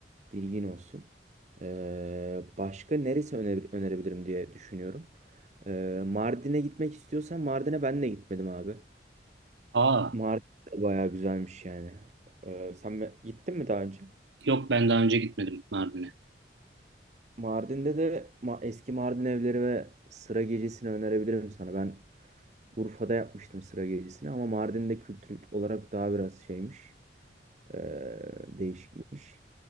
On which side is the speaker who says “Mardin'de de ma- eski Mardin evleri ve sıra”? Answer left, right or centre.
Right